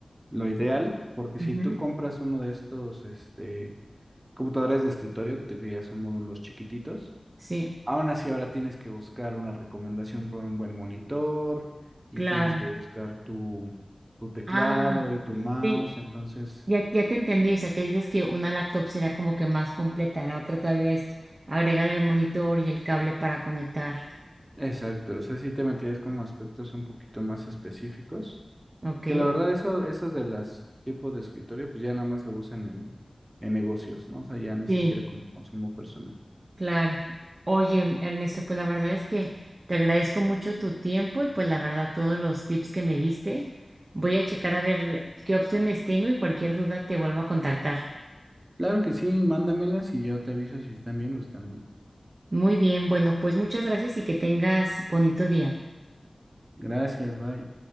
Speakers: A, on the right (about 20°); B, on the right (about 45°).
A: lo ideal, porque
B: Ujú,
A: si tú compras uno de estos, este, computadores de escritorio que te que ya son módulos chiquititos,
B: Sí,
A: aún así ahora tienes que buscar una recomendación por un buen monitor y
B: claro.
A: tienes que buscar tu, tu teclado
B: Ah,
A: y tu mouse,
B: sí,
A: entonces,
B: ya, ya te entendí. O sea, que dices que una laptop será como que más completa. La otra todavía es agregar el monitor y el cable para conectar.
A: exacto, o sea, si te meterías como aspectos un poquito más específicos.
B: Ok.
A: Que la verdad, eso, esos de los tipos de escritorio, pues ya nada más lo usan en, en negocios, ¿no? O sea, ya ni
B: Sí,
A: siquiera como consumo personal.
B: Claro. Oye, Ernesto, pues la verdad es que te agradezco mucho tu tiempo y pues la verdad todos los tips que me diste. Voy a checar a ver qué opciones tengo y cualquier duda te vuelvo a contactar.
A: Claro que sí, mándamelas y yo te aviso si están bien o están mal.
B: Muy bien, bueno, pues muchas gracias y que tengas bonito día.
A: Gracias, bye.